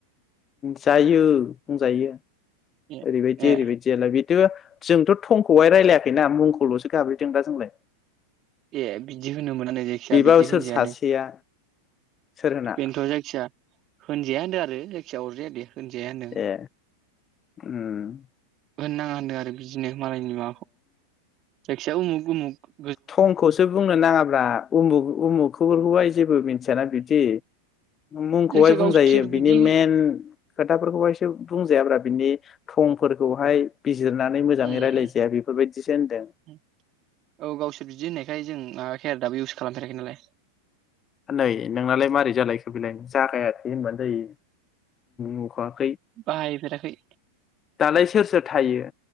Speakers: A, on the left; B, on the right.
A: जायो बुंजायो।
B: ए
A: ओरै बादि
B: ए
A: ओरै बादि आरोना बेथ जोंथ थंखौहाय रायलायाखैना मुंखौल'सो गाबज्रिदों दा जोंलाय।
B: ए बिदि होनो मोनानो जायखिया
A: बेबा
B: बिदि
A: सोर
B: होनजायानो।
A: सासेया सोर होना
B: बेनोथ' जायखिजया होनजाया होनदों आ रो जायखिया अरजाया दे होनजाया होनदों।
A: ए उम
B: होननाङा होनदों आरो बिदिनो मालायनि माबाखौ जाखि जाया मुख मुख
A: थंखौसो बुंनो नाङाब्रा उमु उमुखफोरखौहाय जेबो मिथियाना बिदि, मुंखौहाय
B: जायखिया
A: बुंजायो
B: गावसोर
A: बिनि
B: बिदि
A: मेन खोथाफोरखौहायसो बुंजायाब्रा बिनि थंफोरखौहाय बि जिरनानै मोजाङै
B: उम
A: रायलायजाया बेफोरबायदिसो होनदों।
B: उम औ गावसोर बिदि होन्नायखाय जों माबायखै आ दाबो इउस खालामथाराखै नालाय।
A: नै नोंनालाय मारै जालायखो बेलाय जागाय थै होनबानो जायो नखर
B: बाहायफेराखै
A: दालाय सोर सोर थायो?